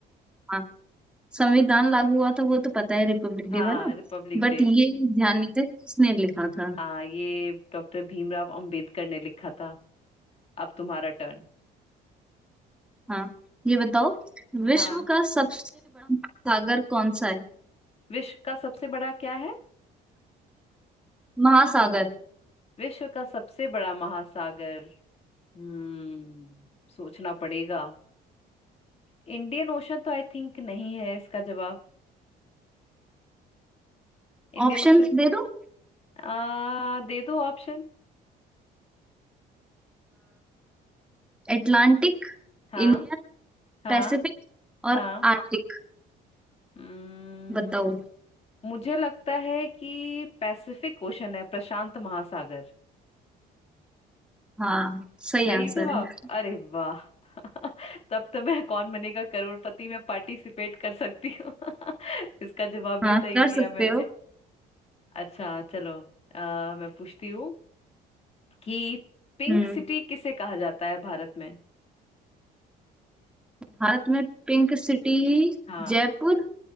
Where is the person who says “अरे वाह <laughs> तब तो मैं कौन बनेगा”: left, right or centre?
Left